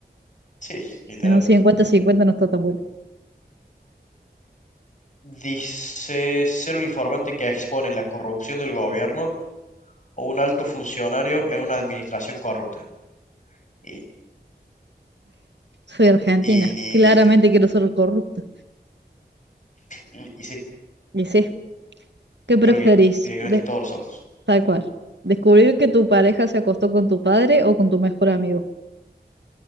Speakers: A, on the left; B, on the right.
A: Sí, literalmente.
B: En un cincuenta 50 no está tan bueno.
A: Dice, ser un informante que expone la corrupción del gobierno o un alto funcionario en una administración corrupta. Y,
B: Soy argentina.
A: y,
B: Claramente quiero ser el corrupto.
A: y, y sí.
B: Y sí, ¿qué preferís?
A: Creo que directamente
B: De-
A: todos lo somos.
B: tal cual. Descubrir que tu pareja se acostó con tu padre o con tu mejor amigo.